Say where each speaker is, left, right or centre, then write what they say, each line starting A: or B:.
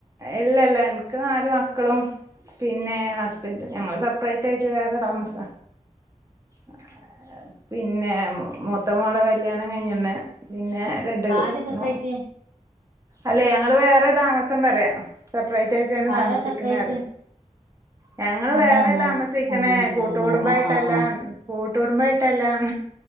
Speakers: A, on the right; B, on the right.
A: ഇല്ല ഇല്ല എനിക്ക് നാല് മക്കളും പിന്നെ ഹസ്ബൻഡും ഞങ്ങള് സെപ്പറേറ്റ് ആയിട്ട് വേറെ താമസാ ആ പിന്നെ മൂത്ത മോള കല്യാണം കഴിഞ്ഞന്നെ പിന്നെ രണ്ട്
B: ആര് സെപ്പറേറ്റ്
A: മൂ അല്ലെ ഞങ്ങള് വേറെ താമസം പറയാം ഫ്രൈഡേജാണ്
B: ആരാ
A: താമസിക്കുന്നത്
B: സെപ്പറേറ്റ്
A: പറയ് ഞങ്ങള്
B: അങ്ങനെ
A: വേറെ
B: അങ്ങനെ
A: താമസിക്കണേ
B: അങ്ങനെ അങ്ങനെ
A: കൂട്ടുകടുംബായിട്ടെല്ലാം
B: അങ്ങനെ ആഹ് ആഹ് ആഹ്
A: കൂട്ട കുടുംബയിട്ടല്ലാം